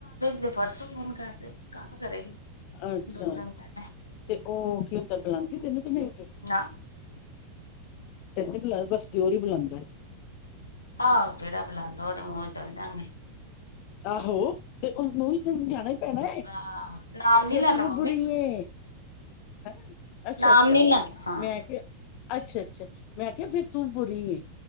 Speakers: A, on the left (about 80°); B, on the left (about 45°).
A: ਤੇ ਪਰਸੋਂ ਫੋਨ ਕਰਦੇ ਕਰੇਗੀ
B: ਅੱਛਾ
A: ਦੋ ਦਿਨ ਪਹਿਲੇ
B: ਤੇ ਉਹ ਕੀ ਬਲਾਉਂਦੀ ਤਨੂੰ
A: ਨਾ
B: <inaudible> ਬੱਸ ਦਿਓਰ ਹੀ ਬੁਲਾਉਂਦਾ।
A: ਆਹੋ ਜਿਹੜਾ ਬੁਲਾਉਂਦਾ ਉਹਦੇ ਮੂੰਹ ਨੂ ਚਲ ਜਾਗੇ
B: ਆਹੋ ਤੇ ਉਹਨੂੰ ਜਾਣਾ ਹੀ ਪੈਣਾ
A: ਆਹ ਨਾਮ ਨੀ
B: ਫਿਰ
A: ਲੈਣਾ
B: ਤੂੰ
A: ਮੰਮੀ
B: ਬੁਰੀ ਏ ਹੈਂ ਅੱਛਾ
A: ਨਾਮ
B: ਅੱਛਾ
A: ਨੀ ਲੈਣਾ ਹਾਂ
B: ਮੈਂ ਕਿਹਾ ਅੱਛਾ ਅੱਛਾ ਮੈਂ ਆਖਿਆ ਫਿਰ ਤੂੰ ਬੁਰੀ ਇ